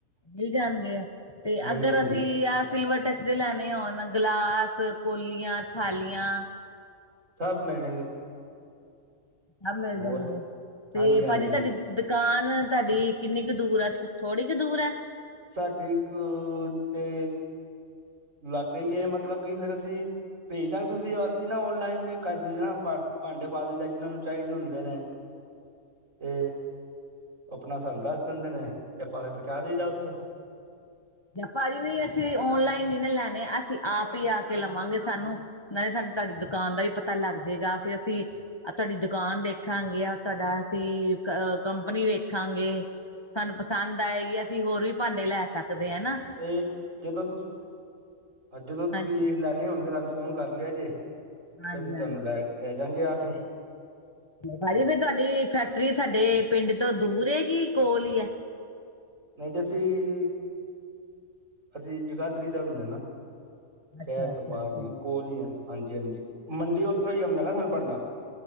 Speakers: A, on the left (about 20°); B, on the right (about 60°).
A: ਮਿਲ ਜਾਣਗੇ ਤੇ
B: ਮਿਲ
A: ਅਗਰ
B: ਜਾਣਗੇ
A: ਅਸੀਂ ਆ ਸਿਲਵਰ ਟੱਚ ਦੇ ਲੈਣੇ ਹੌਣ, ਗਲਾਸ, ਕੋਲੀਆਂ, ਥਾਲੀਆਂ
B: ਸਭ ਮਿਲ ਜਾਣਗੇ।
A: ਸਭ ਮਿਲ
B: ਹੋਰ
A: ਜਾਣਗੇ, ਤੇ
B: ਹਾਂਜੀ ਹਾਂਜੀ
A: ਭਾਜੀ ਤਾਡੀ ਦੁਕਾਨ ਤਾਡੀ ਕਿੰਨੀ ਕੁ ਦੂਰ ਏ, ਥੋੜੀ ਕੁ ਦੂਰ ਏ।
B: ਸਾਡੀ ਕੁ ਤੇ ਲਾਗੇ ਈ ਏ, ਮਤਲਬ ਕਿ ਫੇਰ ਅਸੀਂ ਪੇਜਦਾਗੇ ਤੁਸੀਂ- ਅਸੀਂ ਨਾ ਔਨਲਾਈਨ ਵੀ ਕਰਦੇ ਨਾ ਆਪਾਂ, ਪਾਂਡੇ ਪਾ ਦਈ ਦਾ ਜਿਹਨਾਂ ਨੂੰ ਚਾਹੀਦੇ ਹੁੰਦੇ ਨੇ।
A: <inaudible>
B: ਏ ਆਪਨਾ ਸਾਨੂੰ ਦੱਸ ਦਿੰਦੇ ਨੇ, ਤੇ ਆਪਾਂ ਫੇਰ ਪਹੁੰਚਾ ਦੇਈਦਾ ਉੱਥੇ।
A: ਪਾਜੀ ਨਈ ਅਸੀਂ ਔਨਲਾਈਨ ਨੀ ਨਾ ਲੈਨੇ, ਅਸੀਂ ਆਪ ਹੀ ਆ ਕੇ ਲਵਾਂਗੇ ਸਾਨੂੰ ਨਾਲ਼ੇ ਸਾਨੂੰ ਤੁਹਾਡੀ ਦੁਕਾਨ ਦਾ ਵੀ ਪਤਾ ਲੱਗ ਜਾਏਗਾ। ਫੇਰ ਅਸੀਂ ਆ ਤੁਹਾਡੀ ਦੁਕਾਨ ਦੇਖਾਂਗੇ ਆ, ਤੁਹਾਡਾ ਅਸੀਂ ਅ ਕੰਪਨੀ ਵੇਖਾਂਗੇ। ਸਾਨੂੰ ਪਸੰਦ ਆਏਗੀ, ਅਸੀਂ ਹੋਰ ਵੀ ਪਾਂਡੇ ਲੈ ਸਕਦੇ ਆ ਹਨਾ।
B: ਤੇ ਜਦੋਂ ਤੁ ਅ ਜਦੋਂ ਤੁਸੀਂ
A: ਹਾਂਜੀ
B: ਲੈਣੇ ਹੋਣਗੇ ਸਾਨੂੰ ਫੋਨ ਕਰ ਲੇਆ ਜੇ,
A: ਹਾਂਜੀ
B: ਤੇ ਅਸੀਂ ਤੁਹਾਨੂੰ ਲੈ- ਲੈ ਜਾਗੇ ਆ ਕੇ।
A: ਪਾਜੀ ਫੇਰ ਤੁਹਾਡੀ ਫੈਕਟਰੀ ਸਾਡੇ ਪਿੰਡ ਤੋਂ ਦੂਰ ਐ ਕੇ ਕੋਲ ਈ ਐ।
B: ਓਂਜ ਅਸੀਂ-ਅਸੀਂ ਜਗਾਦਰੀ ਦਾ ਹੁੰਦੇ ਨਾ।
A: ਅੱਛਾ-ਅੱਛਾ
B: ਸ਼ਹਿਰ ਤੋਂ ਬਾਹਰ
A: ਠੀਕ
B: ਈ ਆ, ਕੋਲ ਈ ਆ ਹਾਂਜੀ- ਹਾਂਜੀ, ਮੰਡੀ ਉੱਥੋਂ ਹੀ ਆਂਦਾ ਨਾ ਸਾਨੂੰ ਪਾਂਡਾ।